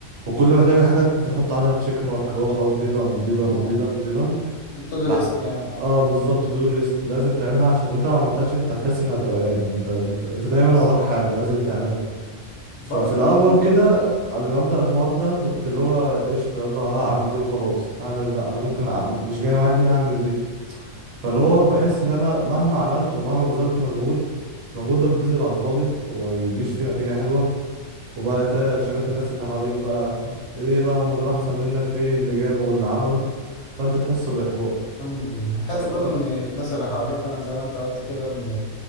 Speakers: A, on the right; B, on the left.
A: وكل ما تعمل حاجة تحط عليها تشيك مارك اللي هو خلاص دي دان دي دان
B: آه
A: دي دان دي دان
B: تو دو
A: لا
B: ليست يعني آه
A: اه بالظبط تو دو ليست لازم تعملها عشان انت لو ما عملتهاش انت هتحس انك غرقان انت انت, انت دايما
B: بالظبط
A: وراك حاجة لازم تعملها ففي
B: برضو
A: الاول
B: إن-
A: كده قبل ما ابدا الحوار ده كنت اللي هو قشطه يلا هعمل دي وخلاص هعمل لا انا ممكن
B: مم.
A: أعمل مش جايه معايا دي هعمل دي فاللي هو بحس
B: مم.
A: ان انا مهما عملت ومهما بذلت مجهود المجهود ده بيتبذل على الفاضي وما بيجيش فيه نتيجه حلوه وبقى تلاقي رياكشنات
B: مم.
A: الناس اللي حواليك بقى ليه بقى هم دول احسن منك في ايه اللي جابوا واللي عملوا فانت تحس باحباط
B: أمم، حتى
A: بس
B: برضو
A: بقى
B: ان الناس اللي حواليك فعلا زي ما انت قلت كده ان